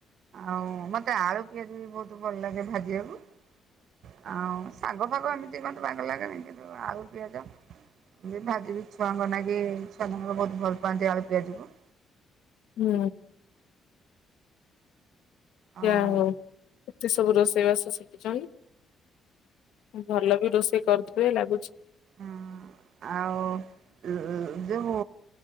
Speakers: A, on the right; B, on the left.
A: ଆଉ ମତେ ଆଳୁ ପିଆଜ ବି ବହୁତ ଭଲ ଲାଗେ ଭାଜିବାକୁ। ଆଉ ଶାଗ ଫାଗ ଏମିତି କହନ୍ତି ବାଗ ଲାଗେନି, କିନ୍ତୁ ଆଳୁ ପିଆଜ ଭାଜି ବିି ଛୁଆଙ୍କ ନାଗି ଛୁଆମାନଙ୍କର ବହୁତ ଭଲ ପାଆନ୍ତି ଆଳୁ ପିଆଜ କୁ।
B: ହୁଁ।
A: ଆଉ
B: ଯା ହଉ, ଏତେ ସବୁ ରୋଷେଇବାସ ଶିଖିଚନି। ଭଲ ବି ରୋଷେଇ କରୁଥିବେ ଲାଗୁଛି।
A: ହଁ, ଆଉ ଯୋଉ